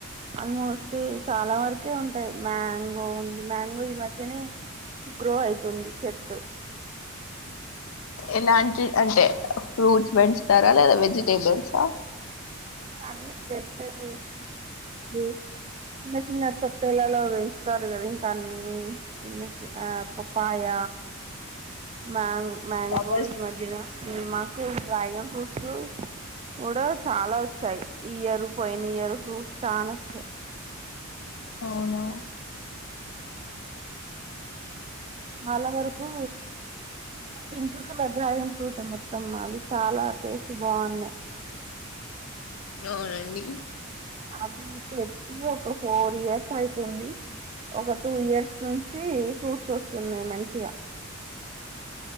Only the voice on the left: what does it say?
ఎలాంటియ్ అంటే ఫ్రూట్స్ పెంచుతారా లేదా వెజిటేబుల్సా
ఫ్లవర్స్
అవును
అవునండి